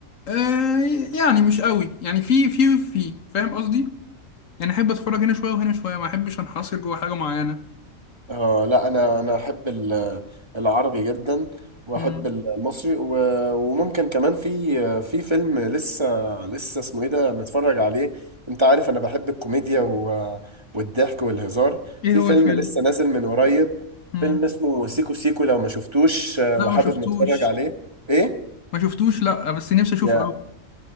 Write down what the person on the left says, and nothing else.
آه يعني مش قوي يعني في في في فاهم قصدي يعني احب اتفرج هنا شويه وهنا شويه ما احبش انحصر جوه حاجه معينه
مم.
ايه
هو
الفيلم
مم.
لا
ما شفتوش
ما شفتوش لا بس نفسي اشوفه
قوي